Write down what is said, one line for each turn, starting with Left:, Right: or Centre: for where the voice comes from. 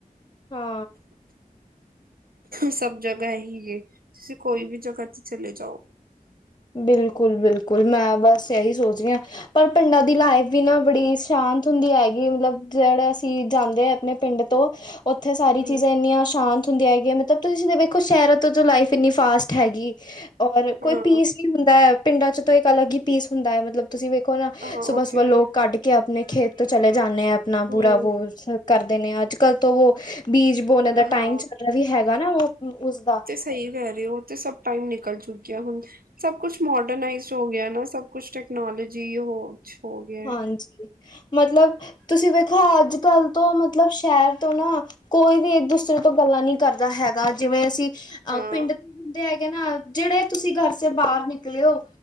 Left: ਹਾ।
Right: ਸਭ ਜਗ੍ਹਾ ਏਹੀਂ ਏ, ਤੁਸੀਂ ਕੋਈ ਵੀ ਜਗ੍ਹਾ ਤੇ ਚਲੇ ਜਾਓ।
Left: ਬਿਲਕੁਲ- ਬਿਲਕੁਲ, ਮੈਂ ਬਸ ਇਹੀ ਸੋਚਦੀ ਹਾਂ। ਪਰ ਪਿੰਡਾਂ ਦੀ ਲਾਈਫ ਵੀ ਨਾ ਬੜੀ ਸ਼ਾਂਤ ਹੁੰਦੀ ਹੈਗੀ। ਮਤਲਬ ਜਿਹੜਾ ਅਸੀਂ ਜਾਂਦੇ ਹਾ। ਆਪਣੇ ਪਿੰਡ ਤੋਂ, ਉੱਥੇ ਸਾਰੀ
Right: ਹੂੰ
Left: ਚੀਜ਼ਾਂ ਇੰਨੀਆਂ ਸ਼ਾਂਤ ਹੁੰਦੀਆਂ ਹੈਗੀਆਂ ਮਤਲਬ, ਤੁਸੀਂ ਵੇਖੋ ਸ਼ਹਿਰਾਂ ਤੋਂ ਲਾਈਫ ਇੰਨੀ ਫਾਸਟ ਹੈਗੀ, ਔਰ ਕੋਈ
Right: ਹਾਂ
Left: ਕੀ ਹੁੰਦਾ ਹੈ। ਪਿੰਡਾਂ ਚ ਤਾਂ ਇੱਕ ਅਲੱਗ ਹੀ ਪੀਸ ਹੁੰਦਾ ਹੈ। ਮਤਲਬ, ਤੁਸੀਂ ਵੇਖੋ ਨਾ
Right: ਹਾਂ
Left: ਸੁਬਾਹ
Right: ਉਹ
Left: ਸੁਬਾਹ
Right: ਤੇ
Left: ਲੋਕ
Right: ਹੈ
Left: ਕੱਢ ਕੇ ਕਿ ਆਪਣੇ ਖੇਤ ਤੋਂ ਚਲੇ ਜਾਂਦੇ ਆ। ਆਪਣਾ
Right: ਹੂੰ
Left: ਪੂਰਾ ਵੋ ਕਰਦੇ ਨੇ ਅੱਜ-ਕੱਲ੍ਹ ਤੋਂ ਉਹ ਬੀਂਜ ਬੌਨੇ
Right: ਹਾਂ
Left: ਟਾਈਮ ਵੀ ਹੈਗਾ ਨਾ ਉਸ ਦਾ।
Right: ਸਹੀਂ ਕਹਿ ਰਹੇ ਹੋ, ਉਹ ਤੇ ਸਭ ਟਾਇਮ ਨਿਕਲ ਚੁੱਕਿਆ ਹੁਣ ਸਭ ਕੁਛ ਮੋਡਰਨਾਈਜ਼ਡ ਹੋ ਗਿਆ ਨਾ ਸਭ ਕੁਛ ਟੈਕਨੋਲੋਜੀ ਹੋ ਹੋ ਗਿਆ
Left: ਹਾਂਜੀ, ਮਤਲਬ ਤੁਸੀਂ ਵੇਖੋ, ਅੱਜ-ਕੱਲ੍ਹ ਤੋਂ, ਮਤਲਬ ਸ਼ਹਿਰ ਤੋਂ ਨਾ ਕੋਈ ਵੀ ਇੱਕ- ਦੂਸਰੇ ਤੋਂ ਗੱਲਾਂ ਨਹੀਂ ਕਰਦਾ ਹੈਗਾ। ਜਿਵੇਂ ਅਸੀਂ
Right: ਹਾਂ
Left: ਅਹ ਪਿੰਡ ਦੇ ਹੈਗੇ ਨਾ ਜਿਹੜੇ, ਤੁਸੀਂ ਘਰ ਦੇ ਬਾਹਰ ਨਿਕਲੇ ਹੋ।